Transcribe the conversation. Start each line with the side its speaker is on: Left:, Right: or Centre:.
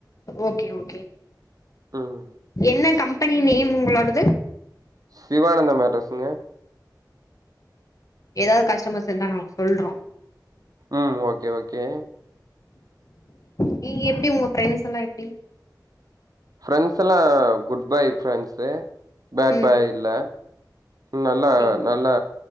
Left: ஓகே ஓகே
Right: ம்
Left: என்ன கம்பெனி நேம் உங்களோடது
Right: சிவானந்தம் மேட்ரஸ்ஸுங்க
Left: எதாவது கஸ்டமர்ஸ் இருந்தா நாங்க சொல்றோ
Right: ம் ஓகே ஓகே
Left: நீங்க எப்டி உங்க ஃப்ரெண்ட்ஸ் எல்லா எப்டி
Right: ஃப்ரெண்ட்ஸ் எல்லா குட் பாய் ஃப்ரெண்ட்ஸ்சு பேட்
Left: ம்
Right: பாய் இல்ல நல்லா
Left: சேரிங்க
Right: நல்லா